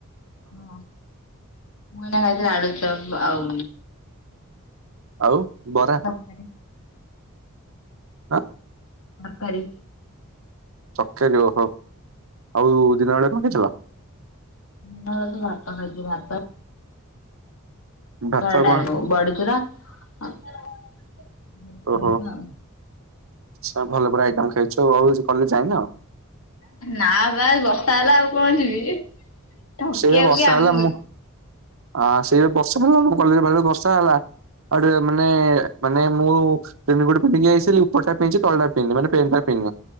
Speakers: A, on the left (about 75°); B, on the right (about 65°).
A: ହଁ ଆଇନା ଖାଇଥିଲି ଆଳୁ <unintelligible> ଆଉ
B: ଆଉ
A: <unintelligible>
B: ବରା ହଁ।
A: ତରକାରୀ।
B: ତରକାରୀ ଓହୋ। ଆଉ ଦିନ ବେଳେ କଣ? <unintelligible>
A: <unintelligible> ଭାତ <unintelligible> ଭାତ
B: ଭାତ
A: <unintelligible>
B: ଆଉ କଣ
A: ବଡିଚୁରା। <unintelligible> ଆଉ।
B: ଓହୋ <inaudible> ଭଲ ପୁରା ଆଇଟମ ଖାଇଛ, ଆଉ <unintelligible> ଯାଇନ?
A: ନା ବା ବର୍ଷା ହେଲା ଆଉ କଣ ଯିବି। ଠକିବାକୁ
B: ସେ ବର୍ଷା
A: କିଏ ଆମକୁ
B: ହେଲା ମୁଁ ଆସ ସେଇ <unintelligible> କଲେଜରେ ଭଲ ବର୍ଷା ହେଲା ଆଉ ଟିକେ ମାନେ ମାନେ ମୁଁ ରେନିକୋଟ ପିନ୍ଧିକି ଆଇସିଲି ଉପରଟା ପିଧିଛି ତଳେଟା ପିନ୍ଧିନି ମାନେ ପେନ୍ଟା ପିନ୍ଧିନି